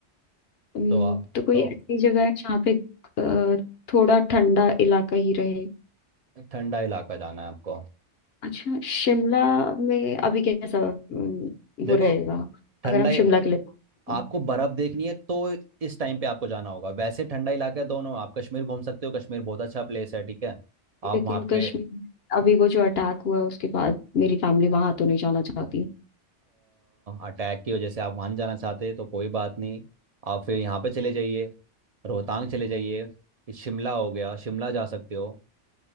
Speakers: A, on the left; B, on the right.
A: हम्म,
B: तो आप
A: तो कोई
B: तो
A: ऐसी जगह है जहाँ पे अ, थोड़ा ठंडा इलाका ही रहे
B: ठंडा इलाका जाना है आपको
A: अच्छा शिमला में अभी कैसा हम्म,
B: देखो
A: वो रहेगा
B: ठंडा
A: अगर हम शिमला के लिए बात करें।
B: आपको बर्फ देखनी है तो इस टाइम पे आपको जाना होगा वैसे ठंडा इलाका है दोनों आप कश्मीर घूम सकते हो कश्मीर बहुत अच्छा प्लेस है ठीक है
A: तो।
B: आप
A: लेकिन
B: वहाँ पे
A: कश्मीर अभी वो जो अटैक हुआ है उसके बाद मेरी फैमिली वहां तो नहीं जाना चाहती
B: अटैक की वजह से आप वहाँ नहीं जाना चाहते तो कोई बात नहीं आप फिर यहाँ पे चले जाइए रोहतांग चले जाइए शिमला हो गया शिमला जा सकते हो